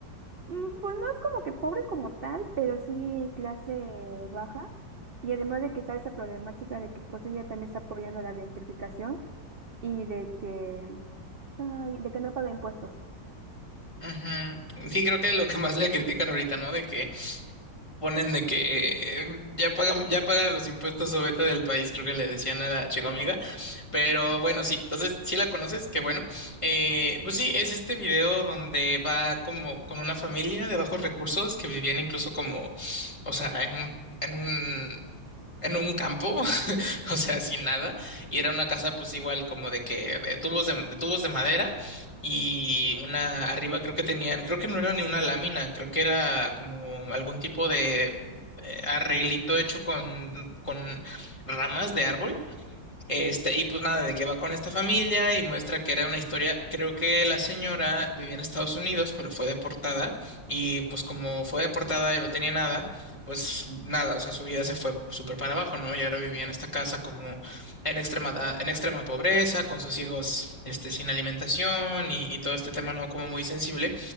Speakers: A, on the right (about 75°); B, on the left (about 15°).
A: mm, pues no es como que pobre como tal, pero sí clase baja. Y además de que está esa problemática de que pues ella también está apoyando la gentrificación y de que, ay, de que no paga impuestos.
B: Ujú. Sí, creo que es lo que más le critican ahorita, ¿no? De que ponen de que eh, ya pagan, ya pagan los impuestos o vete del país, creo que le decían a la chica Pero bueno, sí, entonces sí la conoces, qué bueno. Eh, pues sí, es este video donde va como con una familia de bajos recursos que vivían incluso como, o sea, en un, en un, en un campo, <laughs> o sea, sin nada. Y era una casa pues igual como de que, de tubos de, de tubos de madera y una arriba creo que tenían, creo que no era ni una lámina, creo que era como algún tipo de eh, arreglito hecho con, con ramas de árbol este, y pues nada, de que va con esta familia y muestra que era una historia, creo que la señora vivía en Estados Unidos, pero fue deportada y pues como fue deportada y no tenía nada, pues nada, o sea, su vida se fue súper para abajo, ¿no? Y ahora vivía en esta casa como en extrema, da- en extrema pobreza, con sus hijos, este, sin alimentación y, y todo este tema, ¿no? Como muy sensible.